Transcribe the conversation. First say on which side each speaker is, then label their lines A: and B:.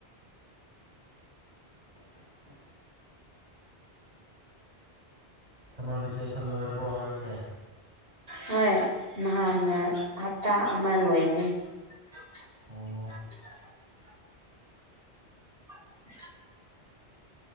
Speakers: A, on the right; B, on the right.
A: ꯁꯔ ꯚꯦꯀꯦꯁꯟ ꯂꯣꯏꯔꯕꯣꯅꯁꯦ
B: ꯍꯣꯏ ꯅꯍꯥꯟꯅ ꯍꯞꯇꯥ ꯑꯃ ꯂꯣꯏꯅꯤ <unintelligible>
A: ꯑꯣ
B: ꯎ